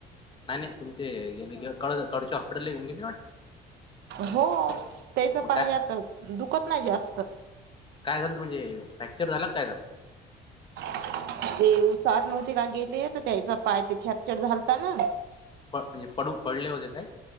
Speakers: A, on the left (about 30°); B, on the right (about 80°).
A: नाही नाही तुमचे <unintelligible> कडचे हॉस्पिटलला येऊन गेलो.
B: हो त्याच
A: मग
B: पायता
A: काय
B: दुखत नाही जास्त.
A: काय झालं म्हणजे, फ्रॅक्चर झाला काय झालं?
B: ते उसार नव्हते का गेले, तर त्यायचा पाय ते फ्रॅक्चर झालता ना.
A: म्हणजे पडू पडले होते काय?